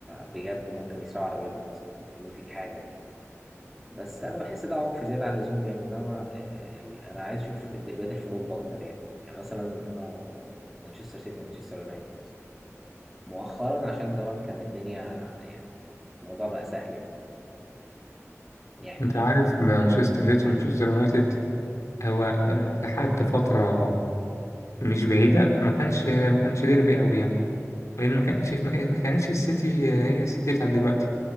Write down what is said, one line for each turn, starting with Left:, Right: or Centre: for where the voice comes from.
Centre: بجد ممكن يسرقوا عربيتك مثلا يعملوا فيك حاجة يعني. بس انا بحس ده عنف زياده عن اللزوم يعني انما آه، ال- انا عايز اشوف الديربيات اللي في اوروبا اكتر يعني يعني مثلا انا مانشستر سيتي ومانشستر يونايتد مثلاً. مؤخرا عشان زمان كان الدنيا يعني الموضوع بقى سهل يعني يعني
Left: أنت عارف مانشستر سيتي ومانشستر يونايتد هو آه، لحد فترة مش بعيدة ما كانش ما كانش ديربي قوي يعني لان ما كانش في مكان ما كانتش السيتي هي السيتي بتاعت دلوقتي